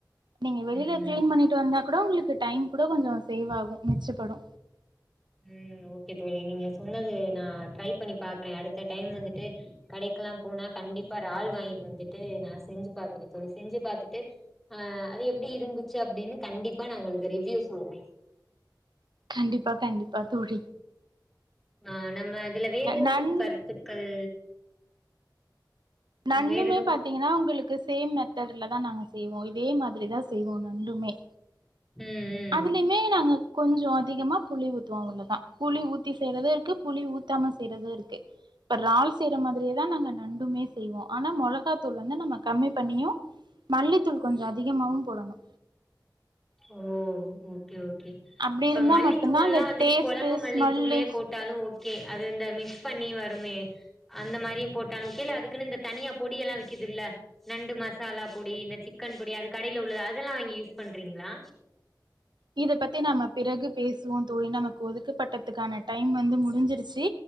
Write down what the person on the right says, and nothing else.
நீங்க வெளியில
கிளீன் பண்ணிட் டு வந்தா கூட உங்களுக்கு டைம் கூட கொஞ்சோ சேவ் ஆகு மிச்சப்படு
கண்டிப்பா கண்டிப்பா தோழி
நண்
நண்டுமே
பாத்தீங்னா உங்களுக்கு சேம் மெத் தட்ல தா நாங்க செய்வோ இதே மாதிரி தா செய்வோ நண்டுமே
அதுலயுமே நாங்க கொஞ்சோ அதிகமா புளி ஊத்துவோ அவ்ளோதா புளி ஊத்தி செய்றது இருக்கு புளி ஊத்தாம செய்றது இருக்கு இப்ப எறால் செய்யற மாதிரியேதா நாங்க நண்டுமே செய்வோ ஆனா மொளகாத்தூள் வந்து நம்ம கம்மி பண்ணியு மல்லித்தூள் கொஞ்சோ அதிகமாவு போடணு
அப்டி
இருந்தா
மட்டுந்தா அந்த
டேஸ்ட்டு
ஸ்மெல்லு
இத பத்தி நம்ம பிறகு பேசுவோம் தோழி நமக்கு ஒதுக்கப்பட்டதுக்கான டைம் வந்து முடிஞ்சிருச்சி